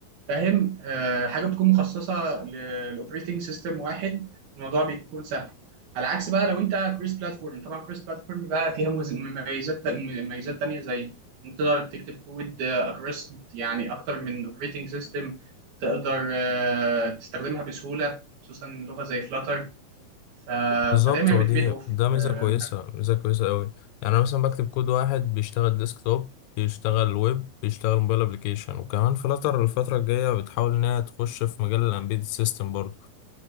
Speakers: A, on the right (about 85°); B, on the left (about 80°).
A: فاهم آه حاجة بتكون مخصصة للاوبريتنج سيستم واحد الموضوع بيكون سهل على عكس بقى لو انت كروس بلاتفورم طبعا كروس بلاتفورم بقى فيها مز- مميزات مميزات تانية زي انت تقدر تكتب كود اكروس يعني اكتر من اوبريتنج سيستم تقدر آه تستخدمها بسهولة خصوصا لغة زي فلاتر ف...
B: بالظبط
A: فدايما
B: هو
A: بتبيد
B: دي
A: اوف
B: ده ميزة
A: آم،
B: كويسة ميزة كويسة أوي يعني أنا مثلا بكتب كود واحد بيشتغل ديسكتوب بيشتغل ويب بيشتغل موبايل أبليكيشن وكمان فلاتر الفترة الجاية بتحاول إنها تخش في مجال الأمبيد سيستم برضه